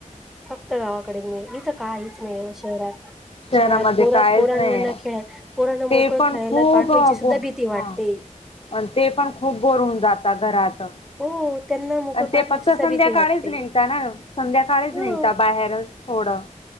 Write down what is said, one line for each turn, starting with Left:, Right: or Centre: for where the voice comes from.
Centre: फक्त गावाकडेच मिळेल इथं काहीच नाही शहरात
Left: शहरामध्ये
Centre: शहरात पोरण
Left: कायच
Centre: पोरणना
Left: नाही
Centre: खेळत पोरांना मोकळ
Left: ते पण
Centre: खेळायला
Left: खूप
Centre: पाठवायची सुद्धा
Left: बो हा
Centre: भीती वाटते
Left: ते पण खूप बोर होऊन जातात घरात आणि
Centre: हो. त्यांना मोकळ
Left: ते
Centre: पाठवायची
Left: फक्त
Centre: सुद्धा
Left: संध्याकाळीच
Centre: भीती वाटते
Left: निघता ना संध्याकाळीच
Centre: ह
Left: निघता बाहेर थोडं